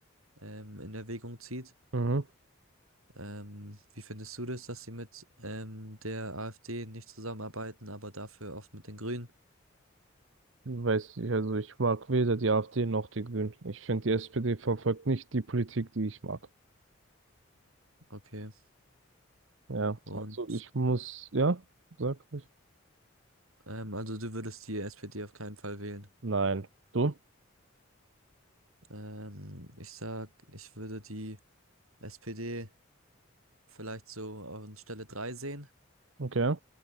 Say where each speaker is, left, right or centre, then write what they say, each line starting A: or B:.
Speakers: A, on the right; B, on the right.
A: ähm, in Erwägung zieht.
B: Mhm.
A: Ähm, wie findest du das, dass sie mit ähm, der AfD nicht zusammenarbeiten, aber dafür oft mit den Grünen?
B: Weiß ich, also ich mag weder die AfD noch die Grünen. Ich finde, die SPD verfolgt nicht die Politik, die ich mag.
A: Okay.
B: Ja,
A: Und
B: also ich muss, ja, sag ich.
A: ähm, also du würdest die SPD auf keinen Fall wählen.
B: Nein. Du?
A: Ähm, ich sag, ich würde die SPD vielleicht so an Stelle 3 sehen,
B: Okay.